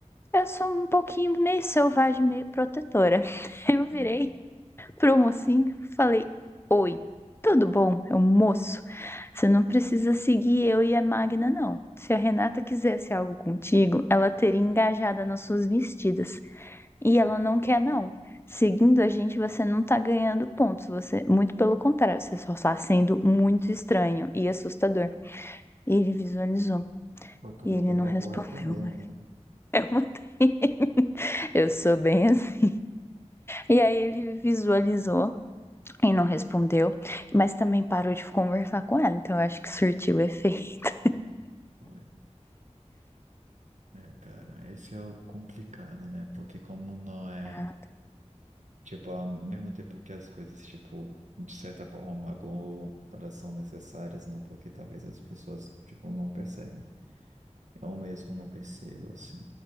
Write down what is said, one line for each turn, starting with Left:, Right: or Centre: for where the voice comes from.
Left: eu sou um pouquinho meio selvagem, meio protetora. <laughs> Eu virei
Right: hum.
Left: pro mocinho, falei: Oi, tudo bom? Eu moço. Você não precisa seguir eu e a Magna, não. Se a Renata quisesse algo contigo, ela teria engajada nas suas vestidas. E ela não quer, não. Seguindo a gente, você não tá ganhando pontos. Você, muito pelo contrário, você só está sendo muito estranho e assustador. Ele visualizou
Right: Pô, Tu
Left: e
Right: mandou
Left: ele não
Right: papo
Left: respondeu.
Right: reto mesmo, né?
Left: Eu mandei. <laughs> Eu sou bem assim. E aí ele visualizou e não respondeu, mas também parou de conversar com ela, então eu acho que surtiu efeito.
Right: Hum. Foi. É, cara, esse é o complicado, né? Porque como não é.
Left: Ah,
Right: Tipo, ao mesmo tempo que as coisas, tipo, de certa forma magoam, elas são necessárias, né? Porque talvez as pessoas, tipo, não percebem. Eu mesmo não percebo, assim.